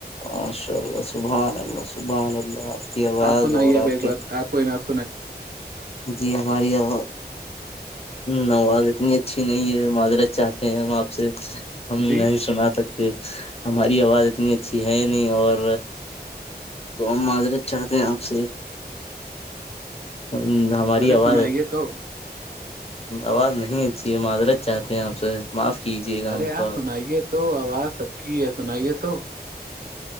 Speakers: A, on the left; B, on the right.
A: ا سبان اللہ سبحان اللہ کی آواز
B: آپ سنائیے
A: اور
B: اب
A: آپ
B: ایک
A: کی
B: بار آپ کو ن
A: جی ہماری ہ نو آگ اتنی اچھی نہیں ہے معذرت چاہتے ہیں ہم آپ سے ہم
B: جی
A: نہیں سنا سکتے ہماری آواز اتنی اچھی ہے نہیں اور تو ہم معذرت چاہتے ہیں آپ سے ہ ہماری
B: ارے
A: آواز
B: سنائیے
A: ہے
B: تو
A: آواز نہیں اچھی ہے معذرت چاہتے ہیں آپ سے معاف کیجیے گا
B: ارے
A: ہم کو
B: آپ سنائیے تو آواز سبکی ہے سنائیے تو